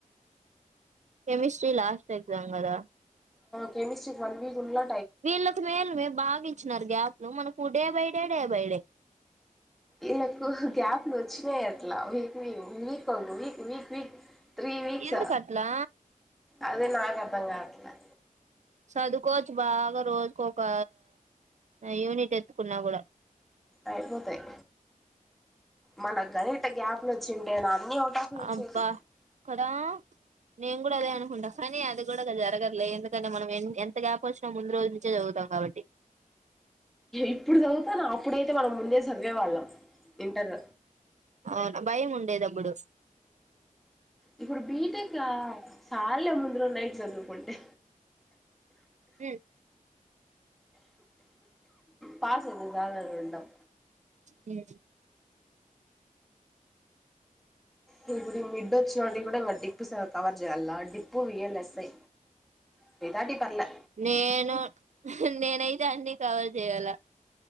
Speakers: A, on the right; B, in the centre.
A: కెమిస్ట్రీ లాస్ట్ ఎగ్జామ్ కదా
B: కెమిస్ట్రీకి వన్ వీక్ ఉన్నా
A: వీళ్ళకి మేలు మే బాగా ఇచ్చినారు గ్యాప్ లో మనకు day by day day by day
B: ఇల్లకు గ్యాప్లు వచ్చినాయి అట్లా వీక్ వీ వీక్ ఒక week week week three weeks
A: ఎందుకు అట్లా
B: అదే నాకు అర్థం కావట్లే
A: చదుకోవచ్చు బాగ రోజుకు ఒక యూనిట్ ఎత్తుకున్నా కూడా
B: అయిపోతాయి మన గరిట గ్యాప్లు వచ్చింటే నా ఫోటోకులొచ్చది
A: అబ్బా కదా నేను కూడా అదే అనుకుంటా కానీ అది కూడా జరగదులే ఎందుకంటే మనం ఎ ఎంత గ్యాప్ వచ్చినా ముందు రోజు నుంచే చదువుతాం కాబట్టి
B: ఇప్పుడు చదువుతానవా అప్పుడైతే మనం ముందే చదివేవాళ్ళం ఇంటర్
A: అవునా భయం ఉండేదప్పుడు
B: ఇప్పుడు బీటెకా సాల్లె ముందులో నైట్ చదువుకుంటే
A: హ
B: పాస్ ఇదు కా రండం
A: హమ్
B: ఇ ఇప్పుడు మిడ్ వచ్చిన వాటికి కూడా డిప్పు కవర్ చేయాల డిప్పు విఎల్ఎస్ఐ మిగతాటి పర్లే
A: నేను నేనైతే అన్ని కవర్ చేయాల